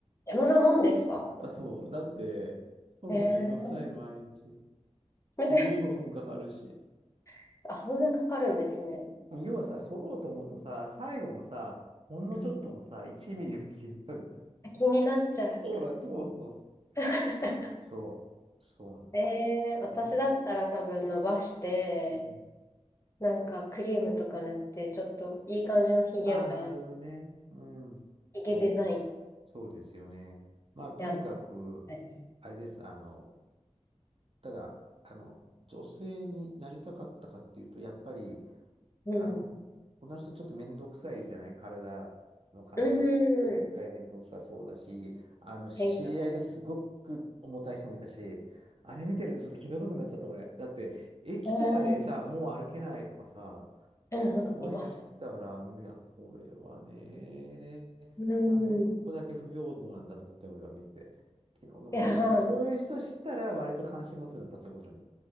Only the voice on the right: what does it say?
あ、そう。だって、剃るのめんどくさいね、
毎日。
15分かかるし。
要はさ、剃ろうと思うとさ、最後もさ、ほんのちょっともさ、
1ミリが消える。
<laughs> ほら、そうそうそう。
そう。そうなんですね。
うん。
ああ、なるほどね。うん。
そう。そうですよね。まあ、とにかく、
あれです。あの、ただ、あの、女性になりたかったかっていうと、やっぱり、
あの、女の人ちょっと面倒くさいじゃない体の関係。
一回面倒くさそうだし、
あの、知り合いですごく重たい人もいたし、
あれ見てるとちょっと気の毒になっちゃった俺。だって、駅とかでさ、
もう歩けないとかさ、
そういう人知ってたから、
いや、これはね、
なんでここだけ不平等なんだと思って、
俺は見て。気の毒に。
で、そういう人知ったら、割と関心持つんだった、そういうことに。